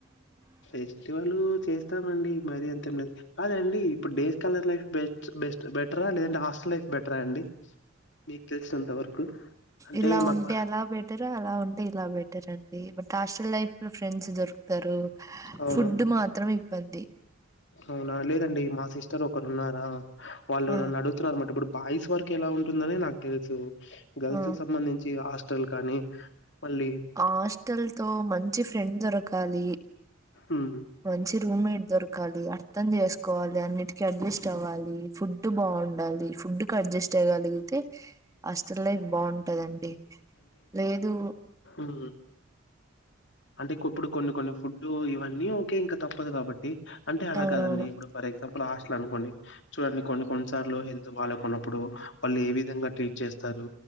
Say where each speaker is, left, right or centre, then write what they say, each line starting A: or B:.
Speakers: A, on the left (about 65°); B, on the right (about 15°).
A: ఫెస్టివల్ చేస్తామండి. మరి అంత ఉండద్ కాదండి, ఇప్పుడు days scholar life best best బెటరా, లేదంటే హాస్టల్ లైఫ్ బెటరా అండి మీకు తెలిసినంత వరకు. అంటే
B: ఇలా
A: మాకు
B: ఉంటే అలా బెటర్, అలా ఉంటే ఇలా బెటర్ అండి, బట్ హాస్టల్ లైఫ్ లో ఫ్రెండ్స్ దొరుకుతారు.
A: అవును
B: ఫుడ్ మాత్రం ఇబ్బంది
A: అవునా లేదండి మా సిస్టర్ ఒక ఉన్నారా వాళ్ళు
B: ఆ
A: నన్ను అడుగుతున్నార్ న్ మాట్ ఇప్పుడు బాయ్స్ వరకు ఎలా ఉంటుందని నాకు తెలుసు గర్ల్స్కి
B: ఆ
A: సంబంధించి ఆ లు కానీ మళ్ళీ
B: ఆ హాస్టల్ తో మంచి ఫ్రెండ్ దొరకాలి
A: ఉమ్,
B: మంచి రూమ్ మేట్ దొరకాలి అర్థం చేసుకోవాలి అన్నిటికి అడ్జస్ట్ అవ్వాలి ఫుడ్ బాగుండాలి ఫుడ్ అడ్జస్ట్ అయగలిగితే హస్టల్ లైఫ్ బాగుంటాదండి లేదు
A: మ్ అంటే ఇప్పుడు కొన్ని కొన్ని ఫుడ్డు ఇవన్నీ ఓకే ఇంకా తప్పదు కాబట్టి అంటే అలా
B: అవునవును
A: కాదండి ఇప్పుడు ఫర్ ఎగ్జాంపుల్ లాస్ట్ల అనుకోండి చూడండి కొన్ని కొన్నిసార్లు హెల్త్ బాగా కొ ఇప్పుడు వాళ్ళు ఏ విధంగా ట్రీట్ చేస్తారు